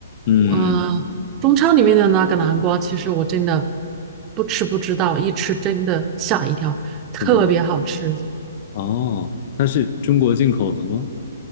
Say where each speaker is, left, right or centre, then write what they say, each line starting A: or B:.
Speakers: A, on the left; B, on the right.
A: 嗯，
B: 嗯、中超里面的那个南瓜，其实我真的不吃不知道，一吃真的吓一跳，特别好吃。
A: 怎么了？哦，它是中国进口的吗？